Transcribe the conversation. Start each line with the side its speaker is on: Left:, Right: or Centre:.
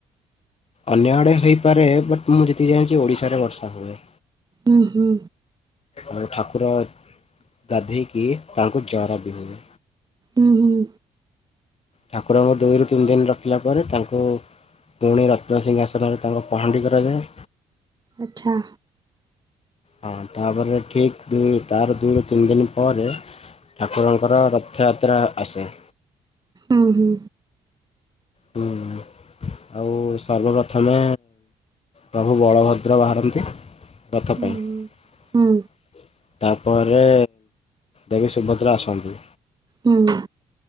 Left: ଅନ୍ୟ ଆଡେ ହେଇପାରେ ବଟ ମୁଁ ଯେତିକି ଜାଣିଚି ଓଡ଼ିଶାରେ ବର୍ଷା ହୁଏ।
Right: ଉଁ ହୁଁ।
Left: ଆଉ ଠାକୁର ଗାଧେଇକି ତାଙ୍କୁ ଜର ବି ହୁଏ।
Right: ଉଁ ହୁଁ।
Left: ଠାକୁରଙ୍କୁ ଦୁଇରୁ ତିନି ଦିନ ରଖିଲା ପରେ ତାଙ୍କୁ ପୁଣି ରତ୍ନ ସିଂହାସନରେ ତାଙ୍କ ପହାଣ୍ଡି କରାଯାଏ।
Right: ଆଚ୍ଛା।
Left: ହଁ ତାପରେ ଠିକ୍ ତାର ଦୁଇରୁ ତିନି ଦିନ ପରେ ଠାକୁରଙ୍କର ରଥଯାତ୍ରା ଆସେ।
Right: ଉଁ ହୁଁ।
Left: ହୁଁ। ଆଉ ସର୍ବପ୍ରଥମେ ପ୍ରଭୁ ବଳଭଦ୍ର ବାହାରନ୍ତି। ରଥ
Right: ହୁଁ
Left: ପାଇଁ।
Right: ହୁଁ
Left: ତାପରେ ଦେବୀ ସୁଭଦ୍ରା ଆସନ୍ତି।
Right: ହୁଁ।